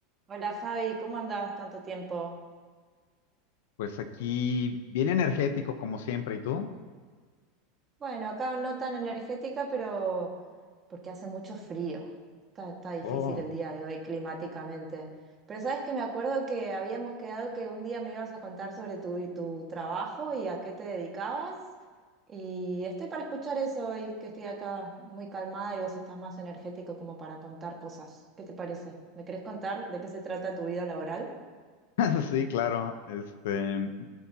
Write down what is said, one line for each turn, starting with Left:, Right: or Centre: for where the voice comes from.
Right: Hola Javi, ¿cómo andás tanto tiempo?
Left: Pues aquí, bien energético como siempre, ¿y tú?
Right: Bueno, acá no tan energética, pero porque hace mucho frío. Está, está difícil
Left: Oh,
Right: el día de hoy climáticamente. Pero sabes que me acuerdo que habíamos quedado que un día me ibas a contar sobre tu, tu trabajo y a qué te dedicabas. Y estoy para escuchar eso hoy, que estoy acá muy calmada y vos estás más energético como para contar cosas. ¿Qué te parece? ¿Me querés contar de qué se trata tu vida laboral?
Left: <laughs> sí, claro. Este,